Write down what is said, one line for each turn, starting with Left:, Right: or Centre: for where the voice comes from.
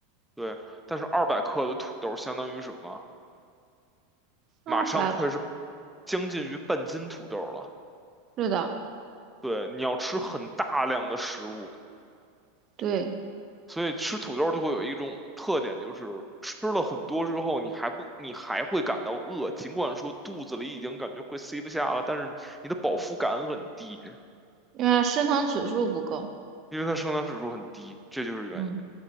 Centre: 对，但是二百克的土豆相当于什么？
Right: 啊，
Centre: 马上快是
Right: 拜。
Centre: 将近于半斤土豆了。
Right: 是的，
Centre: 对，你要吃很大量的食物，
Right: 对，
Centre: 所以吃土豆就会有一种特点，就是吃了很多之后，你还不，你还会感到饿，尽管说肚子里已经感觉快塞不下了，但是你的饱腹感很低，
Right: 因为升糖指数不够。
Centre: 因为它升糖指数很低，这就是原因。
Right: 嗯，